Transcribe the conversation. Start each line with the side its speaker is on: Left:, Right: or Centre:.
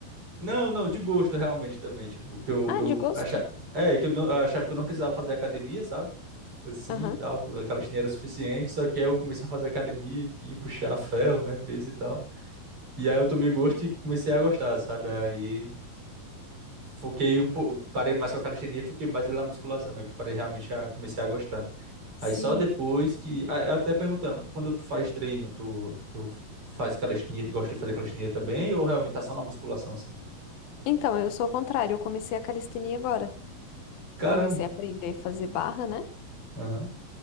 Right: Não, não, de gosto realmente também, tipo, que eu,
Left: Ah,
Right: eu
Left: de gosto.
Right: achava... É, que eu, não, eu achava que eu não precisava fazer academia, sabe? Assim,
Left: Aham.
Right: e tal, a calistenia era suficiente, só que aí eu comecei a fazer academia, tipo, puxar ferro, né, peso e tal. E aí eu tomei gosto e comecei a gostar, sabe? Aí foquei um pouco, parei mais com a calistenia e foquei mais na musculação, né? Que Parei realmente a comecei a gostar.
Left: Sim.
Right: Aí só depois que, a- até perguntando, quando tu faz treino, tu, tu faz calistenia, tu gosta de fazer calistenia também ou realmente tá só na musculação assim?
Left: Então, eu sou ao contrário. Eu comecei a calistenia agora.
Right: Caramba,
Left: Eu comecei a aprender a fazer barra, né?
Right: aham,